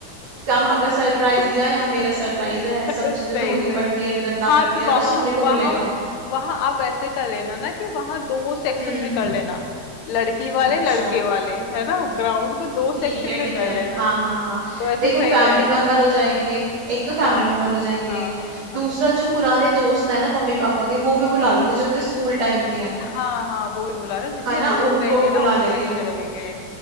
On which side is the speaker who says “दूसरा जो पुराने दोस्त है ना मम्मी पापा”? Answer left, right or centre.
Right